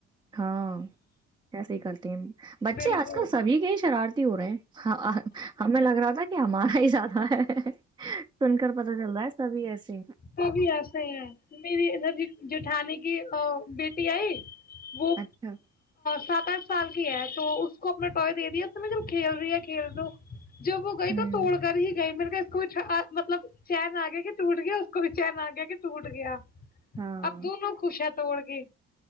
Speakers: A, on the right; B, on the left.
A: ہاں ایسے ہی کرتے ہیں بچے
B: بالکل
A: آج کل سبھی کے ہی شرارتی ہو رہے ہیں ہاں ہمیں لگ رہا تھا کہ ہمارا ہی سھہ ہے ہاں سن کر پتا چل رہتا ہے سبھی ایسے
B: کا بھی ایسے ہی ہے میری ادر جی جٹھان کی بیٹی آئی وہ
A: اچھا
B: سات دس سال کی ہے تو اس کو اپنا ٹائے دے دیا اس میں جب کھیل رہی ہے کھیل دو جب وہ
A: ہوں
B: گئی تو توڑ کر ہی گئی میرے کچھ مطلب چین آگے کہ ٹوٹ گیا کو بچار آ گیا کہ ٹوٹ گیا
A: ہاں
B: اب دونوں خوش ہیں توڑ گ